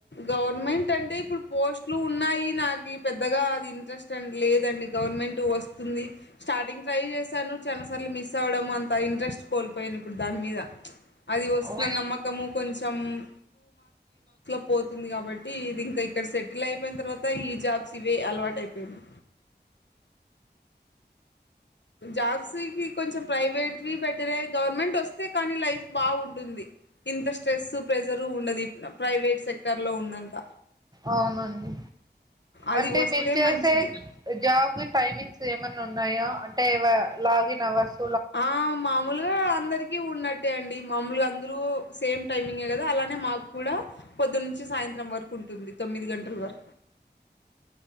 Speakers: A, on the left; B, on the right.
A: గవర్నమెంట్ అంటే ఇప్పుడు పోస్ట్లు ఉన్నాయి నాకి పెద్దగా అది ఇంట్రెస్ట్ లేదండి గవర్నమెంట్ వస్తుంది స్టార్టింగ్ ట్రై చేశాను చాలా సార్లు మిస్ అవ్వడం అంత ఇంట్రెస్ట్ కోల్పోయాయిను ఇప్పుడు దాని మీద అ వ
B: ఓహ్!
A: న కొూ పోతుంది కాబట్టి ఇది ఇంకా ఇక్కడ సెటిల్ అయిపోయిన తర్వాత ఈ జాబ్స్ వే అలవాటు అయిపోయింది జాబ్స్ కి కొంచెం ప్రైవేట్వి బెటరే గవర్నమెంట్ వస్తే కానీ లైఫ్ బాగుంటుంది ఇంత స్ట్రెస్సు ప్రెజరు ఉండదు ప్రైవేట్ సెక్టర్లో ఉన్నంత
B: అవునండి
A: అది
B: అంటే
A: వస్తే
B: మీరు చేసే
A: మంచిది
B: జాబ్ టైమింగ్స్ ఏమన్నా ఉ ఉన్నాయో అంటే లాగిన్ అవస్
A: ఆ మామూలుగా అందరికి ఉన్నట్టే అండి మామూలుగా అందరుూ సేమ్ టైమింగ్ే కదా అలానే మాకు కూడా పొద్దును నుంచి సాయంత్రం వరకు ఉంటుంది తొమ్మిది గఘంటలు వర